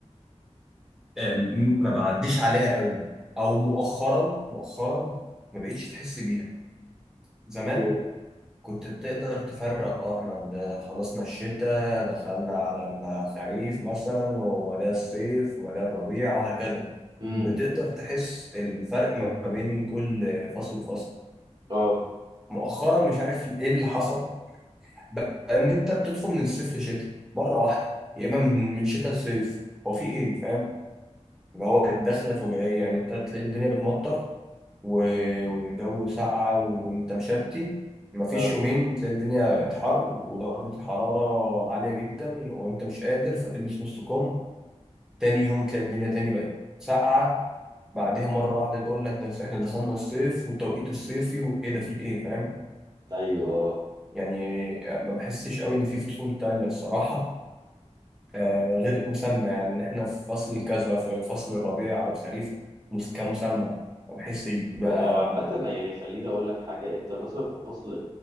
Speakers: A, in the centre; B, on the right.
A: آه، م- ما بعديش عليها قوي او مؤخرا مؤخرا ما بقتش تحس بيها زمان
B: اوكي
A: كنت بتقدر تفرق اه احنا ب- خلصنا الشتاء دخلنا على الخريف مثلا وبعدها الصيف وبعدها الربيع وهكذا
B: امم
A: بتقدر تحس الفرق ما بين كل فصل وفصل
B: اه
A: مؤخرا مش عارف ايه اللي حصل بقى ان انت بتدخل من الصيف لشتاء مرة واحدة يا اما من من شتاء لصيف هو في ايه فاهم اللي هو الدخلة الفجائية يعني انت تلاقي الدنيا بتمطر و- والجو ساقعة وانت مشتي مفيش
B: فاهم
A: يومين تلاقي الدنيا اتحر ودرجة الحرارة عالية جدا وانت مش قادر فتلبس نص كم تاني يوم تلاقي الدنيا تاني بقت ساقعة بعدها مرة واحدة تقول لك ده احنا دخلنا الصيف والتوقيت الصيفي وايه ده في ايه فاهم
B: ايوه اه
A: يعني ما بحسش قوي ان في فصول تانية الصراحة آه، غير مسمى يعني ان احنا في فصل كذا في فصل الربيع او الخريف مس- كمسمى ما بحسش بقى
B: ما هو عامة يعني خليني اقول لك حاجة انت مثلا في فصل